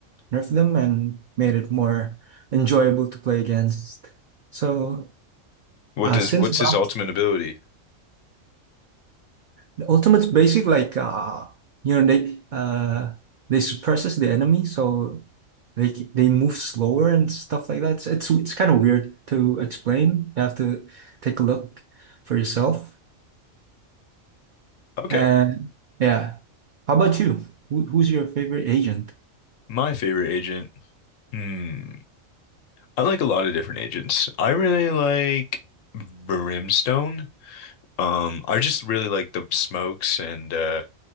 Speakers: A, on the right (about 80°); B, on the left (about 75°).
A: nerfed them and made it more enjoyable to play against. So
B: What
A: uh,
B: does
A: since
B: what's
A: that,
B: his ultimate ability?
A: the ultimate's basic like uh, you know they uh, they suppresses the enemy, so they they move slower and stuff like that. It's it's, it's kind of weird to explain. You have to take a look for yourself.
B: Okay.
A: And yeah, how about you? Who, who's your favorite agent?
B: My favorite agent. Hmm. I like a lot of different agents. I really like Brimstone. Um, I just really like the smokes and uh